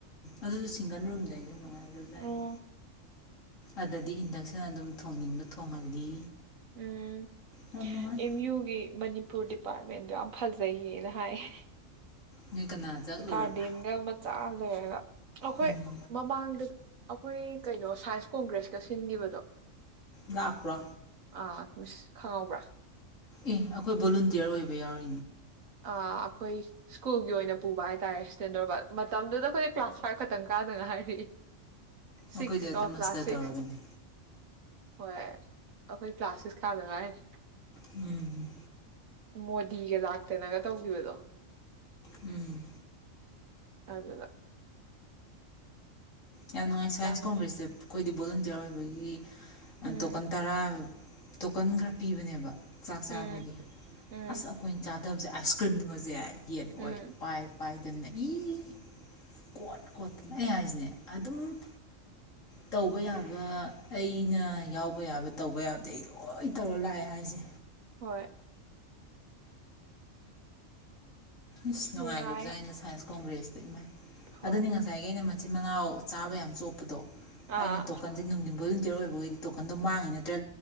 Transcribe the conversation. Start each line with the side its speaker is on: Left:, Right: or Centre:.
Left: ꯑꯗꯨ ꯁꯤꯡꯒꯜ ꯔꯨꯝꯗꯗꯤ ꯅꯨꯡꯉꯥꯏ ꯖꯥꯅꯤ
Right: ꯎꯝ
Left: ꯑꯗꯗꯤ ꯏꯟꯗꯛꯁꯟ ꯑꯗꯨꯝ ꯊꯣꯡꯅꯤꯡꯕ ꯊꯣꯡꯍꯜꯂꯤ
Right: ꯎꯝ
Left: ꯌꯥꯝ ꯅꯨꯡꯉꯥꯏ
Right: ꯑꯦꯝ ꯌꯨꯒꯤꯅꯤ ꯃꯅꯤ ꯄꯨꯔ ꯗꯤꯄꯥꯔꯠꯃꯦꯟꯗꯣ ꯌꯥꯝ ꯐꯖꯩꯌꯦꯒ ꯍꯥꯏꯌꯦ
Left: ꯅꯣꯏ ꯀꯅꯥ ꯆꯠꯂꯨꯔꯕ
Right: ꯒꯥꯔꯗꯦꯟꯒ ꯃꯆꯥ ꯃꯒ <inaudible> ꯑꯩꯈꯣꯏ
Left: ꯎꯝ
Right: ꯃꯃꯥꯡꯗ ꯑꯩꯈꯣꯏ ꯀꯩꯅꯣ ꯁꯥꯏꯟꯁ ꯀꯣꯡꯒ꯭ꯔꯦꯁꯀ ꯁꯤꯟꯒꯤꯕꯗꯣ
Left: ꯂꯥꯛꯄ꯭ꯔꯥ
Right: ꯎꯏ ꯈꯪꯍꯧꯕ꯭ꯔꯥ
Left: ꯑꯦ ꯑꯩꯈꯣꯏ ꯚꯣꯂꯨꯟꯇꯤꯌꯔ ꯑꯣꯏꯕ ꯌꯥꯎꯔꯤ
Right: ꯑ ꯑꯩꯈꯣꯏ ꯁ꯭ꯀꯨꯜꯒꯤ ꯑꯣꯏꯅ ꯄꯨꯕ ꯍꯥꯏꯇꯥꯔꯦ ꯁ꯭ꯇꯦꯟꯗꯣꯔ ꯠ ꯃꯇꯝꯗꯨꯗ ꯑꯩꯈꯣꯏꯅ ꯀ꯭ꯂꯥꯁ ꯐꯥꯏꯐ ꯈꯛꯇꯪ ꯀꯥꯗ ꯉꯥꯏꯔꯤ
Left: ꯑꯩꯈꯣꯏꯗꯤ
Right: ꯁꯤꯛꯁ
Left: ꯑꯗ
Right: ꯑꯣ
Left: ꯃꯁꯇꯔ
Right: ꯀ꯭ꯂꯥꯁ ꯁꯤꯛꯁ
Left: ꯇꯧꯔꯕꯅꯦ
Right: ꯍꯣꯏ ꯑꯩꯈꯣꯏ ꯀ꯭ꯂꯥꯁ ꯁꯤꯁ ꯀꯥꯗ ꯉꯥꯏꯔꯤ
Left: ꯎꯝ
Right: ꯃꯣꯗꯤꯒ ꯂꯥꯛꯇꯅꯒ ꯇꯧꯒꯤꯕꯗꯣ
Left: ꯎꯝ
Right: ꯑꯅꯦꯕ
Left: ꯌꯥꯝ ꯅꯨꯡꯉꯥꯏ ꯁꯥꯏꯟꯁ
Right: ꯆꯪꯉꯤ
Left: ꯀꯣꯡꯒ꯭ꯔꯦꯁꯇ ꯑꯩꯈꯣꯏꯗꯤ ꯚꯣꯂꯟꯇꯤꯌꯥꯔ ꯑꯣꯏꯕꯒꯤ
Right: ꯎꯝ
Left: ꯇꯣꯀꯟ ꯇꯔꯥ ꯇꯣꯀꯟ ꯈꯔ ꯄꯤꯕꯅꯦꯕ ꯆꯥꯛ ꯆꯥꯕꯒꯤ
Right: ꯎꯝ ꯎꯝ
Left: ꯑꯁ ꯑꯩꯈꯣꯏꯅ ꯆꯥ ꯇꯕꯖꯦ ꯑꯥꯏꯁ ꯀ꯭ꯔꯤꯝꯒꯖꯦ ꯌꯦꯠ ꯑꯣꯏ
Right: ꯎꯝ
Left: ꯄꯥꯏ ꯄꯥꯏꯗꯅ ꯏ--ꯀꯣꯠ ꯀꯣꯠ ꯑꯗꯨ ꯑꯩ ꯍꯥꯏꯁꯤꯅꯦ ꯑꯗꯨꯝ ꯇꯧꯕ ꯌꯥꯕ ꯑꯩꯅ ꯌꯥꯎꯕ ꯌꯥꯕ ꯇꯧꯕ ꯌꯥꯕꯗꯤ ꯑꯩ ꯂꯣꯏ- ꯇꯧꯔ ꯂꯥꯛꯑꯦ ꯍꯥꯏꯁꯦ
Right: ꯍꯣꯏ
Left: ꯏꯁ ꯅꯨꯡꯉꯥꯏꯒ꯭ꯔꯕꯖꯥꯠꯅꯤꯗ
Right: ꯅꯨꯡꯉꯥꯏ
Left: ꯁꯥꯏꯟꯁ ꯀꯣꯡꯒ꯭ꯔꯦꯁ
Right: ꯍꯣꯏ
Left: ꯑꯗꯨꯅꯤ ꯉꯁꯥꯏꯒꯤ ꯑꯩꯅ ꯃꯠ ꯃꯆꯤꯟ ꯃꯅꯥꯎ ꯆꯥꯕ ꯌꯥꯝ ꯆꯣꯞꯄꯗꯣ
Right: ꯑꯥ
Left: ꯑꯩꯅ ꯇꯣꯀꯟꯖꯦ ꯅꯨꯡꯊꯤꯟꯕꯨꯛ ꯌꯣꯟ ꯆꯤꯌꯔ ꯑꯣꯏꯕꯈꯩꯗꯤ ꯇꯣꯀꯟꯗꯣ ꯃꯥꯡꯉꯤ ꯅꯠꯇ꯭ꯔ